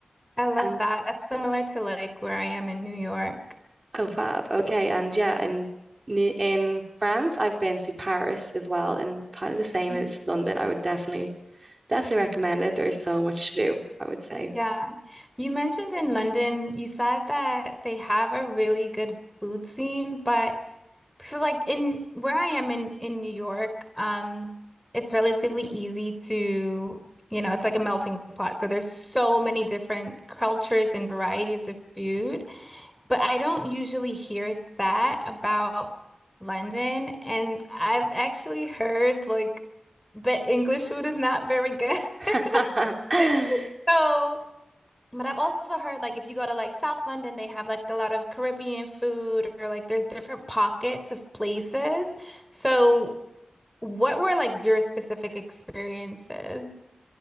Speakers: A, in the centre; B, on the right (about 35°).
A: I love
B: And
A: that. That's similar to like where I am in New York.
B: oh fab. Okay. And yeah, in in France, I've been to Paris as well, and kind of the same
A: Mm.
B: as London. I would definitely definitely recommend it. There's so much to do, I would say.
A: Yeah. You mentioned in London, you said that they have a really good food scene, but So like in where I am in in New York, um, it's relatively easy to, you know, it's like a melting pot. So there's so many different cultures and varieties of food, but I don't usually hear that about London. And I've actually heard like that English food is not very good. <laughs>
B: <laughs>
A: So but I've also heard like if you go to like South London, they have like a lot of Caribbean food or like there's different pockets of places. So what were like your specific experiences?